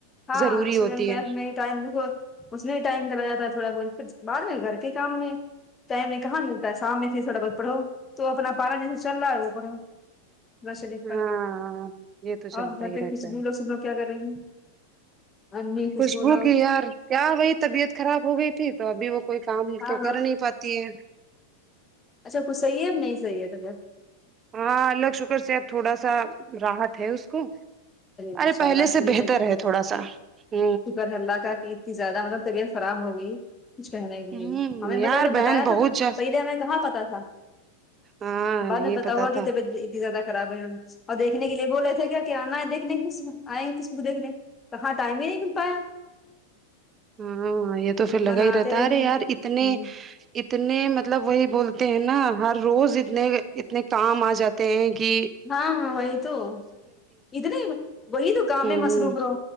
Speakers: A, on the left; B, on the right.
A: ہاں
B: ضروری
A: سور
B: ہوتی
A: کہف
B: ہے
A: میں ٹائم دیکھو اس نے بھی ٹائم دلا جاتا تھا تھوڑا بہت پھر بعد میں گھر کے کام میں ٹائم میں کہاں ملتا ہے شام میں سےھر تھوڑا بہت پڑھو تو اپنا پارا جیسے چل رہا ہے وہ پڑھو نواز شریف کا
B: ہاں یہ تو چلتا
A: اور گھر
B: ہی
A: تھ
B: رہتا
A: کھ
B: ہے
A: بھی لوگ سب لوگ کیا کر رہیں ہیں امی
B: خوشبو
A: لوگ
B: کی یار کیا وہی طبیعت خراب ہو گئی تھی تو ابھی وہ کوئی کام
A: ہاں
B: تو
A: ہاں
B: کر نہیں پاتی ہے
A: اچھا کچھ صحیح اب نہیں صحیح تھا جب
B: ہاں الله کا شکر سے آب تھوڑا سا راحت اس کو
A: ماشاء
B: ارے پہلے
A: اللہ اتنی
B: سے بہتر ہے تھوڑا سا ہ
A: حلالہ کا کہ زیادہ مطلب طبیعت خراب ہو گئی کچھ کہنا ہے گول
B: ہوں
A: ہمیں
B: یار
A: بتا جب
B: بہن
A: بتایا تو
B: بہت جا
A: پہلے ہمیں کہاں پتہ تھا
B: ہاں
A: بعد
B: نہیں
A: میں بتا
B: پتا
A: ہوا
B: تھا
A: کہ طبعت اتنی زیادہ خراب ہے ہم اور دیکھنے کے لیے بولے تھے کیا کیا آنا ہے دیکھنے آئےیں کچ بھی دیکنے کہ ہاں ٹائم بھی نہیں مل پایا
B: ہاں یہ تو پھر لگا
A: ورنہ
B: ہی رہتا
A: آتے دیکھنا
B: ہے ارے یار
A: ہ
B: اتنے اتنے مطلب وہی بولتے ہیں نا ہر روز اتنے اتنے کام آ جاتے ہیں کی
A: ہاں ہاں وہئی توو ا نے وہئی دو گامے
B: ہوں
A: مسروبر